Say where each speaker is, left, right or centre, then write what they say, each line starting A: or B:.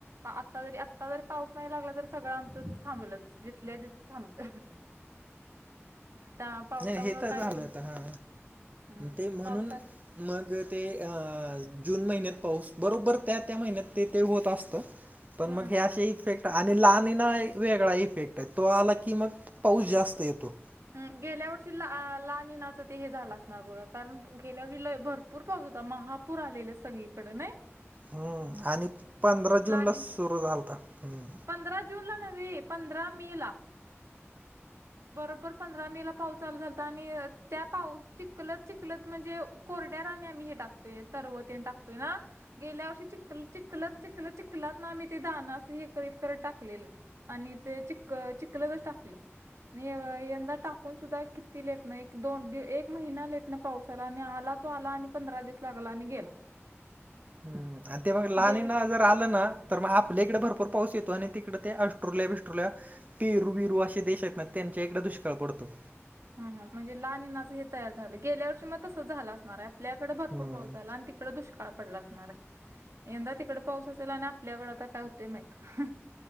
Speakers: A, on the right; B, on the right.
A: आता जरी आता जरी पाऊस नाही लागला तर सगळे आमचं इथल थांबलेच जिथलं तिथ थांबलं. त्या पावसामुळे
B: नाही तर
A: काय
B: झालं
A: हे
B: आता हा
A: हम्म
B: ते म्हणून
A: पावसात.
B: मग ते अ जून महिन्यात पाऊस बरोबर त्या त्या महिन्यात ते ते होत असतं. पण
A: हम्म
B: मग हे अशी इफेक्ट आणि लाणीना एक वेगळा इफेक्ट तो आला की मग पाऊस जास्त येतो.
A: हम्म गेल्या वर्षी ला लाणी नाच ते हे झालं असणार बघा कारण गेल्याविल्य भरप पूर पाऊस होता महापूर आलेले सगळीकड नाय?
B: हो आणि पंधरा जून
A: लानिन
B: ला सुरू झालता हम्म
A: पंधरा जून ला नव्हे पंधरा मे ला बरोब पंधरा मे ला पाऊस चालू झाल आणि त्या पाऊस चिकलत चिकलत म्हणजे कोरड्या राण्याणी हे टाकतेय तरवतेन टाकतेय ना. गेल्या वर्षी चिखल चिखलत चिखल चिखलत ना मी ते दणं असं हे करत करत टाकलेलेत. आणि ते चिखल चिखलच टाकल निव आ यंदा टाकून सुद्धा किती लेट एक दोन एक महिना लेटन पाऊसआला आणि आला तो आला आणि पंधरा दिवस लागला आणि गेला.
B: हम्म ते मग लानीना
A: गेले
B: जर आलं ना तर मग आपल्याकडे भरपूर पाऊस येतो तिकडे ते ऑस्ट्रोलिया बिस्ट्रोलिया पेरू बरू असे देश आहेत ना त्यांच्या एककड दुष्काळ पडतो.
A: ह ह म्हणजे लाहण्याचं हे तयार झालं गेल्या वर्षी मग तसच झालं असणार आहे आपल्याकडे भरपूर
B: हम्म
A: पाऊस झाला आणि तिकडे दुष ष्काळ पडला असणार आहे यंदा तिकड पाऊस असेल आणि आपल्याकडे आता काय होते माहत.